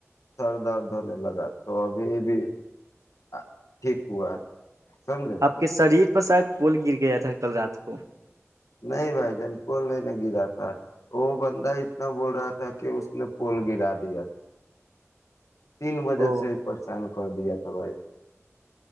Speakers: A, on the left; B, on the right.
A: سر درد ہونے لگا تو ابھی بھی ہاں ٹھیک ہوا سمجیں
B: آپ کے شریر پر شاید پول گر گیا تھا کل رات کو
A: نہیں بھائی جان پول نہیں نہ گرا تھا وہ بندہ اتنا بول رہا تھا کہ اس نے پول گرا دیا تھا تین بجے
B: او
A: سے ہی پریشان کر دیا تھا بھائی